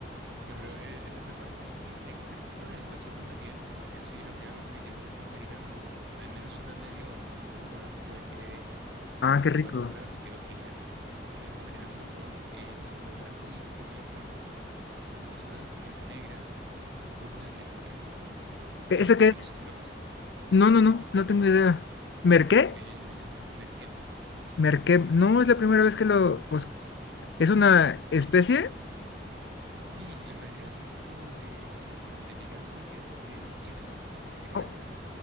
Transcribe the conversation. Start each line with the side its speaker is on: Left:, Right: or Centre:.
Right: No, pero eh, es esa parte que tiene que ser con el hueso y con la piel, porque así lo que hago es de que lo dejo marinando al menos una media hora, pero una vez que lo dejé como
Left: Ah,
Right: 24
Left: qué rico.
Right: horas quedó genial, y lo dejo marinando con eh, un poco de ajo y cebolla en polvo, con sal, pimienta negra, un poco de merquén eh,
Left: ¿E- ¿Ese qué
Right: que no
Left: es?
Right: sé si lo conoces,
Left: No, no, no, no tengo idea. ¿Merqué?
Right: el merquén.
Left: ¿Merqué? No, es la primera vez que lo... os- ¿Es una especie?
Right: Sí, el merquén es un tipo de, de picante que es de Chile, específicamente.
Left: O-